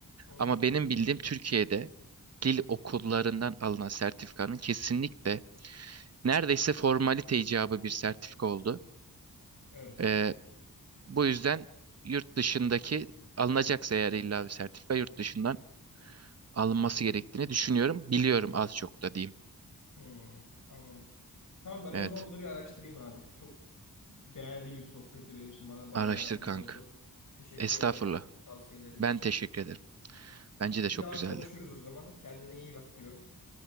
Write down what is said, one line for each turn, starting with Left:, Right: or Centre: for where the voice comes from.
Left: Hı hı.
Right: Ama benim bildiğim Türkiye'de dil okullarından alınan sertifikanın kesinlikle neredeyse formalite icabı bir sertifika oldu.
Left: Evet.
Right: Ee, bu yüzden yurt dışındaki alınacaksa eğer illa bir sertifika yurt dışından alınması gerektiğini düşünüyorum. Biliyorum az çok da diyeyim.
Left: Hı. Anladım. Tamam ben o
Right: Evet.
Left: zaman bunu bir araştırayım abi. Çok değerli bir sohbetti benim için. Bana bayağı
Right: Araştır
Left: yardımcı
Right: kanka.
Left: oldu. Teşekkür
Right: Estağfurullah.
Left: ederim tavsiyelerin için.
Right: Ben teşekkür ederim. Bence de
Left: Bir
Right: çok
Left: daha
Right: güzeldi.
Left: konuşuruz o zaman. Kendine iyi bak diyorum.